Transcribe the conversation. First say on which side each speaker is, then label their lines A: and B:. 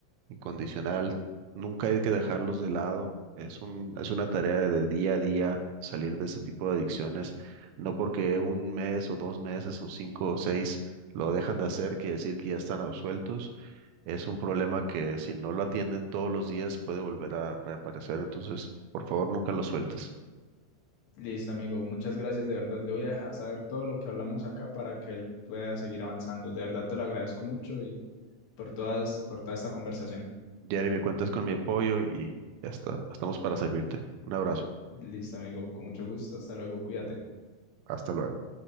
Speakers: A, on the right; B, on the left.
A: incondicional. Nunca hay que dejarlos de lado. Es un, es una tarea de día a día salir de ese tipo de adicciones. No porque un mes o dos meses o cinco o seis lo dejan de hacer, quiere decir que ya están absueltos. Es un problema que si no lo atienden todos los días puede volver a reaparecer. Entonces, por favor, nunca lo sueltes.
B: Listo, amigo, muchas gracias, de verdad. Le voy a dejar saber todo lo que hablamos acá para que él pueda seguir avanzando. De verdad te lo agradezco mucho y por todas, por toda esta conversación.
A: Jeremy, cuentas con mi apoyo y ya está. Estamos para servirte. Un abrazo.
B: Listo, amigo, con mucho gusto. Hasta luego, cuídate.
A: Hasta luego.